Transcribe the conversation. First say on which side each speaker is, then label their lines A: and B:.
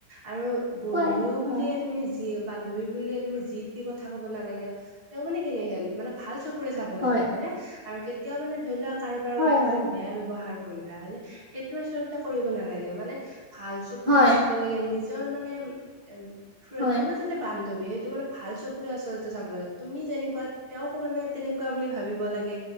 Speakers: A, on the right (about 20°); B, on the right (about 45°).
A: আৰু বন্ধু
B: কোৱাই
A: বুলিয়ে
B: অ
A: তুমি যিযে বান্ধৱী বুলিয়ে তুমি যি টি কথা ক'ব নালাগে তেওঁক মানে কেনেহেন মানে ভাল চকুৰে চাব
B: হয়
A: লাগে হয়নে? আৰু কেতিয়াও মানে ধৰি লোৱা কাৰোবাৰ আগত
B: হয়
A: তুমি
B: হয়
A: বেয়া ব ব্যৱহাৰ কৰিলা হয়নে? সেই আচলতে কৰিব নালাগে মানে ভাল চকুৰে
B: হয়
A: লাগে, নিজৰ মানে উম
B: হয়
A: তাৰ য হে বান্ধৱী। সেইটো মানে ভাল চকুৰে আচলতে চাব লাগে তুমি যেনেকুৱা তেওঁকো মানে তেনেকুৱা বুলি ভাবিব লাগে।